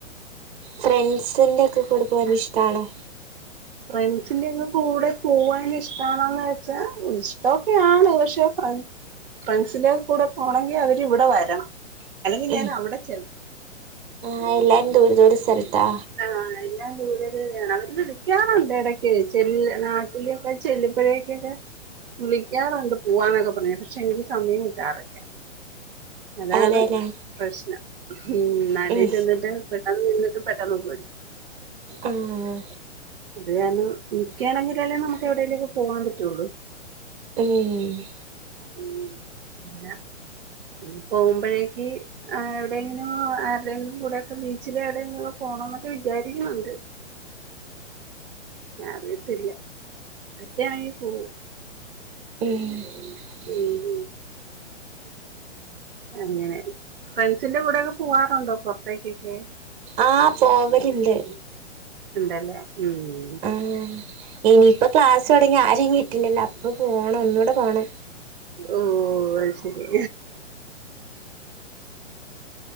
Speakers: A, on the right (about 20°); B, on the right (about 45°).
A: ഫ്രണ്ട്സിന്റെറെ ഒക്കെ കൂടെ പോവാൻ ഇഷ്ടമാണോ?
B: ഫ്രണ്ട്സിന്റെറെ ഒക്കെ കൂടെ പോവൻ ഇഷ്ടണന്ന് വെച്ചാ ഇഷ്ടമൊക്കെയ ആണ് പക്ഷെ. ഫ്ര- ഫ്രണ്ട്സിനോക്കെ കൂടെ പോകണമെങ്കിൽ അവരിവിടെ വരണം അല്ലെങ്കിൽ ഞാൻ
A: ഉം
B: അവിടെ ചെല്ല
A: ആഹ് എല്ലാവരും ദൂരെ ദൂരെ സ്ഥലത്താ
B: ആഹ് എല്ലാം ദൂരെ ദൂരെയാണ് അവര് വിളിക്കാറുണ്ട് ഇടക്ക് ചെല്ലു നാട്ടില് ഞാൻ ചെല്ലുമ്പഴേക്കൊക്കെ വിളിക്കാറുണ്ട് പോവാന്നൊക്കെ പറഞ്ഞ് പക്ഷെ എനിക്ക് സമയം കിട്ടാറില്ല അതാണ്
A: അതെല്ലേ
B: പ്രശ്നം മ്മ് നാട്ടിൽ
A: ഉം
B: ചെന്നിട്ട് പെട്ടെന്ന് നിന്നിട്ട് പെട്ട പെട്ടെന്ന് പോരും
A: ആഹ്
B: അത് കാരണം നിക്കുകയാണെങ്കിൽ അല്ലേ നമുക്ക് എവിടെലൊക്കേ പോവാൻ പറ്റുള്ളൂ
A: മ്മ്
B: മ്മ് പിന്ന ഇനി പോകുമ്പോഴേക്ക് ആഹ് എവിടെയെങ്കിലും എവിടെങ്കിലും കൂടെക്കെ ബീച്ചിലെ എവിടെങ്കിലും പോണം എന്നൊക്കെ വിചാരിക്കുന്നുണ്ട്
A: <inaudible>
B: അറിയത്തില്ല പറ്റാണെങ്കി പോകും
A: മ്മ്
B: ഉം
A: ഉം
B: അങ്ങനെ ഫ്രണ്ട്സിന്റെ കൂടെക്കെ പോവാറുണ്ടോ പുറത്തേക്കൊക്കെ
A: ആഹ് പോവലുണ്ട്
B: ഉണ്ടല്ലേ മ്മ്
A: ആഹ് ഇനിയിപ്പം ക്ലാസ് തുടങ്ങിയ ആരേയും കിട്ടില്ലല്ലോ അപ്പൊ പോണം ഒന്നൂടെ പോണം
B: ഓഹ് അത് ശരി